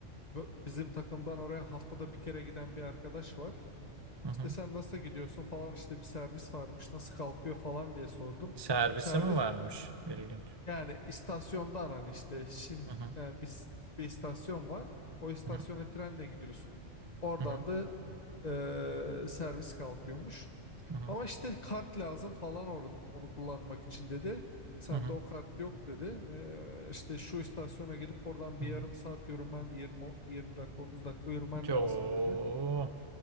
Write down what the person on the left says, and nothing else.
Bu- Bizim takımdan oraya haftada bir kere giden bir arkadaş var.
İşte sen nasıl gidiyorsun falan işte bir servis varmış nasıl kalkıyor falan diye sordum.
Servis
yani istasyondan hani işte Şin
yani bir, bir istasyon var. O istasyona
trenle gidiyorsun. Oradan
da eee, servis kalkıyormuş.
Ama işte kart lazım falan or- onu kullanmak için dedi. Sende
o kart yok dedi. Ee, işte şu istasyona gidip oradan
bir
yarım saat yürümen 20 20 dakika 30 dakika yürümen
lazım dedi.